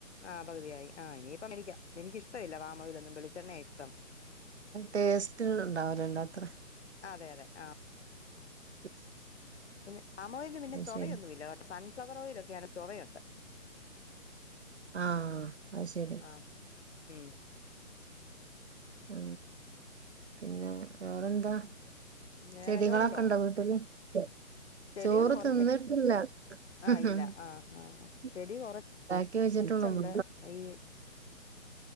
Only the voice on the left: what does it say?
ആഹ് പകുതിയായി ആഹ് ഇനിയിപ്പം മേടിക്കാം എനിക്കിഷ്ടമില്ല പാമോയിലൊന്നും വെളിച്ചെണ്ണയാ ഇഷ്ടം
അതെ അതെ ആ
പിന്നെ പാമോയില് പിന്നെ
ചൊവയൊന്നുമില്ല
കേട്ടൊ സ ഫ്ളവറോയിലൊക്കെയാണ് ചൊവയുണ്ട്.
ആഹ് ഉം
വേറെ
ചോറുണ്ടോ
ചെടികൾ
കുറച്ച്
ആഹ്
ഇല്ല ആഹ് ആഹ് ചെടി
കുറച്ചുണ്ട്
ഈ